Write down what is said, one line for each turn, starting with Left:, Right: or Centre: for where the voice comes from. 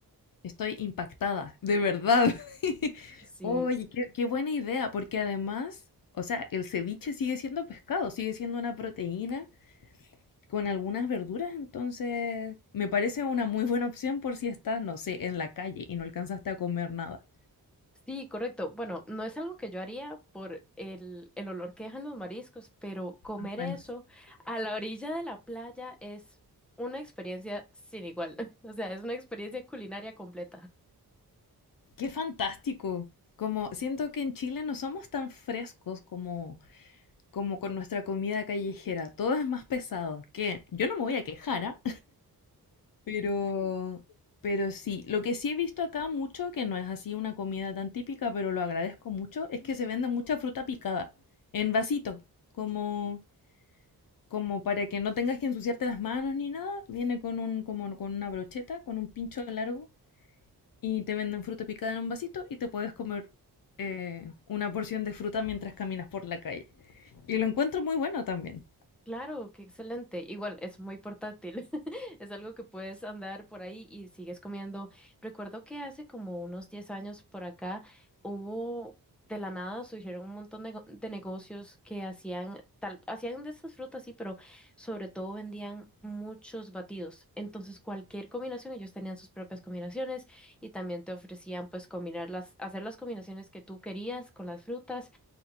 Left: Estoy impactada, de verdad. <laughs>
Centre: Sí.
Left: Oye, qué, qué buena idea, porque además, o sea, el ceviche sigue siendo pescado, sigue siendo una proteína con algunas verduras, entonces me parece una muy buena opción por si estás, no sé, en la calle y no alcanzaste a comer nada.
Centre: Sí, correcto. Bueno, no es algo que yo haría por el, el olor que dejan los mariscos, pero comer
Left: Ah, Bueno,
Centre: eso a la orilla de la playa es una experiencia sin igual. <laughs> O sea, es una experiencia culinaria completa.
Left: qué fantástico. Como siento que en Chile no somos tan frescos como como con nuestra comida callejera, todo es más pesado, que yo no me voy a quejar, ¿ah? Pero, pero sí, lo que sí he visto acá mucho, que no es así una comida tan típica, pero lo agradezco mucho, es que se vende mucha fruta picada en vasito, como, como para que no tengas que ensuciarte las manos ni nada. Viene con un, como con una brocheta, con un pincho largo, y te venden fruta picada en un vasito y te puedes comer eh, una porción de fruta mientras caminas por la calle. Y lo encuentro muy bueno también.
Centre: Claro, qué excelente. Igual es muy portátil. <laughs> Es algo que puedes andar por ahí y sigues comiendo. Recuerdo que hace como unos 10 años por acá hubo de la nada surgieron un montón de, go- de negocios que hacían tal, hacían de estas frutas, sí, pero sobre todo vendían muchos batidos. Entonces, cualquier combinación, ellos tenían sus propias combinaciones y también te ofrecían pues combinar las, hacer las combinaciones que tú querías con las frutas